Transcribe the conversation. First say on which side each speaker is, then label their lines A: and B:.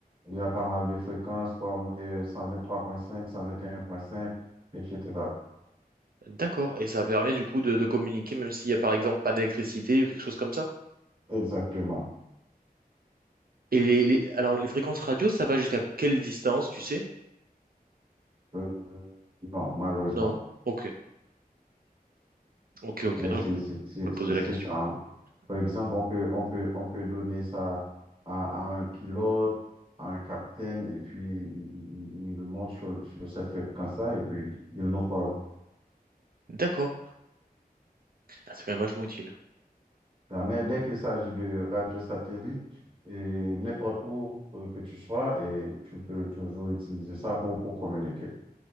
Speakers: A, on the right (about 35°); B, on the right (about 70°).
A: Il y a pas mal de fréquences comme euh, 123.5, 121.5, etc.
B: D'accord. Et ça permet du coup de, de communiquer même s'il y a par exemple pas d'électricité ou quelque chose comme ça.
A: Exactement.
B: Et les, les- alors les fréquences radio, ça va jusqu'à quelle distance, tu sais?
A: Euh, non, malheureusement.
B: Non. Ok. Ok, ok.
A: Mais
B: Non,
A: c'est
B: je me
A: c'est- c'est- c'est-
B: posais
A: c'est
B: la question.
A: ça. hein. Par exemple, on peut, on peut, on peut donner ça à, à un pilote, à un capitaine, et puis il, il- il monte sur, sur cette fréquence-là, et puis il nous parle.
B: D'accord. Ah, c'est quand même vachement utile.
A: Ah, Mais dès qu'il s'agit de radio satellite, et n'importe où euh, que tu sois, et tu peux toujours utiliser ça pour, pour communiquer.